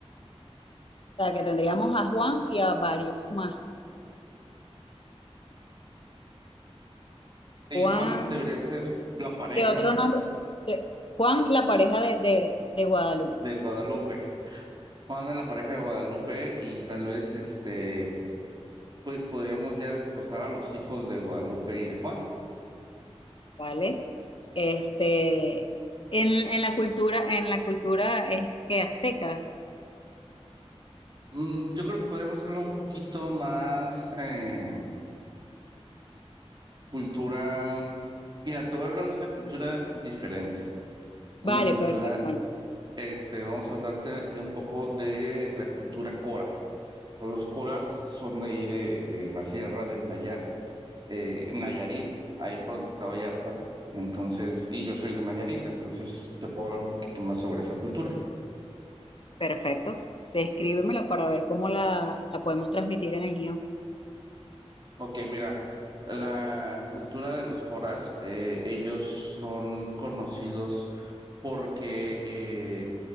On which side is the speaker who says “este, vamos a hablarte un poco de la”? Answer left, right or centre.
Right